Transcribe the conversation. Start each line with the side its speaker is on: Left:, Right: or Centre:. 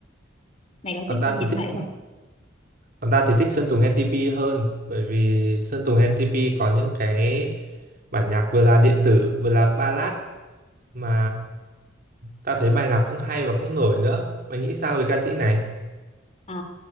Left: mày có
Right: Còn
Left: thích
Right: tao
Left: G97
Right: thì thích còn tao thì thích Sơn Tùng NTP hơn bởi vì Sơn Tùng NTP có những cái bản nhạc vừa là điện tử vừa là ballad mà Tao thấy bài nào cũng hay và cũng nổi nữa. Mày nghĩ sao về ca sĩ này?
Left: Ờ,